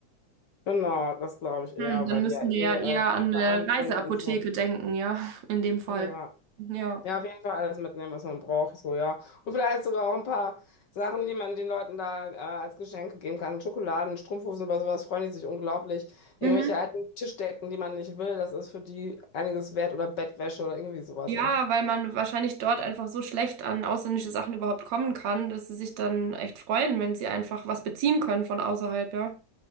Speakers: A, on the left; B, on the right.
A: genau, das glaube ich eher,
B: Hm, dann
A: weil
B: müssen
A: die ja eh
B: wir ja eher
A: äh, da
B: an
A: verarmt
B: eine Reiseapotheke
A: sind und so.
B: denken, ja, in dem Fall.
A: Ja.
B: Ja.
A: Ja, auf jeden Fall alles mitnehmen, was man braucht. Ich so, ja. Und vielleicht sogar auch ein paar Sachen, die man den Leuten da äh, als Geschenke geben kann. Schokoladen, Strumpfhosen, über sowas freuen die sich unglaublich. Irgendwelche
B: Mhm.
A: alten Tischdecken, die man nicht will, das ist für die einiges wert oder Bettwäsche oder irgendwie sowas,
B: Ja,
A: weißt du.
B: weil man wahrscheinlich dort einfach so schlecht an ausländische Sachen überhaupt kommen kann, dass sie sich dann echt freuen, wenn sie einfach was beziehen können von außerhalb, ja.